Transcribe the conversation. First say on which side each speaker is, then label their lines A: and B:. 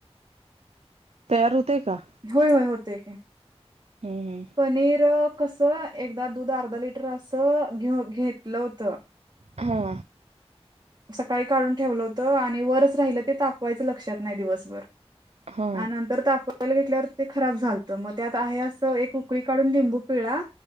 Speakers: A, on the right; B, on the right.
A: तयार होतय का?
B: होय-होय होतय की.
A: हम्म
B: पनीर कस अ एकदा दूध अर्धा लिटर असं घेऊ घेतलं होतं.
A: हा.
B: सकाळी काढून ठेवलं होत आणि वरच राहिलं ते तापवायचं लक्षात नाही दिवसभर.
A: हा
B: आणि नंतर ताप यला घेतल्यावर ते खराब झालतं. मग त्यात आहे असं एक उकळी काढून लिंबू पिळला.